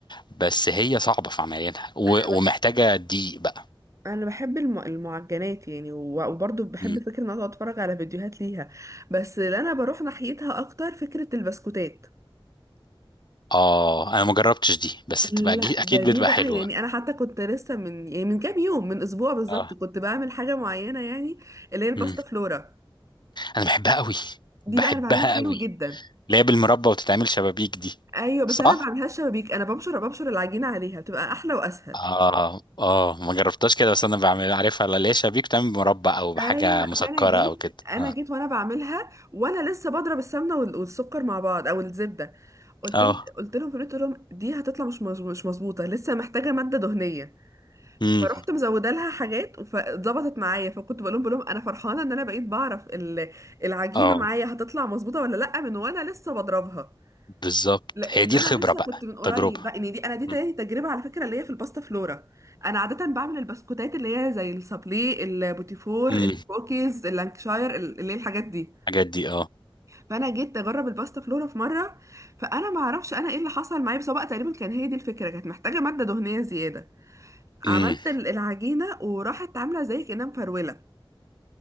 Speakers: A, on the left; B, on the right.
A: بس هي صعبه في عمليتها و-
B: انا بحب
A: ومحتاجه دقيق بقى
B: انا بحب الم... المعجنات يعني و- وبرضه بحب
A: مم.
B: فكره ان انا أقعد اتفرج على فيديوهات ليها بس اللي انا بروح ناحيتها اكتر فكره البسكوتات
A: اه انا ما جربتش دي بس
B: لا
A: بتبقى جي- اكيد
B: ده دي
A: بتبقى
B: بقى
A: حلوه
B: يعني انا حتى كنت لسه من يعني من كام يوم من اسبوع بالظبط
A: اه
B: كنت بعمل حاجه معينه يعني اللي هي الباستا
A: مم.
B: فلورا
A: انا بحبها قوي
B: دي
A: بحبها
B: بقى انا بعملها حلو
A: قوي
B: جدا
A: اللي هي بالمربى وتتعمل شبابيك دي
B: ايوه
A: صح
B: بس انا ما بعملهاش شبابيك انا بمشر بمشر العجينه عليها بتبقى احلى واسهل
A: اه اه ما جربتهاش كده بس انا بعمل عارفها اللي هي شبابيك بتعمل مربى او بحاجه
B: ايوه
A: مسكره
B: فانا جيت
A: او كده
B: انا
A: اه
B: جيت وانا بعملها وانا لسه بضرب السمنه وال- والسكر مع بعض او الزبده قلت
A: اه
B: ل- قلت لهم في البيت، قلت لهم دي هتطلع مش مش مش مظبوطه لسه محتاجه ماده دهنيه
A: امم
B: فرحت مزوده لها حاجات فظبطت معايا فكنت بقول لهم بقول لهم انا فرحانه ان انا بقيت بعرف ال- العجينه
A: اه
B: معايا هتطلع مظبوطه ولا لا من وانا لسه بضربها
A: بالظبط
B: لان
A: هي دي
B: انا
A: الخبره
B: لسه
A: بقى
B: كنت من
A: التجربه
B: قريب بقى ان دي انا دي تاني
A: امم
B: تجربه على فكره اللي هي في الباستا فلورا انا عاده بعمل البسكوتات اللي هي زي السابلي البوتيفور
A: أمم.
B: الكوكيز اللانكشاير ال- اللي هي الحاجات دي
A: الحاجات دي اه
B: فانا جيت اجرب الباستا فلورا في مره فانا ما اعرفش انا ايه اللي حصل معايا بس هو بقى تقريبا كان هي دي الفكره كانت محتاجه ماده دهنيه زياده عملت
A: امم
B: ال- العجينة وراحت عاملة زي كأنها مفرولة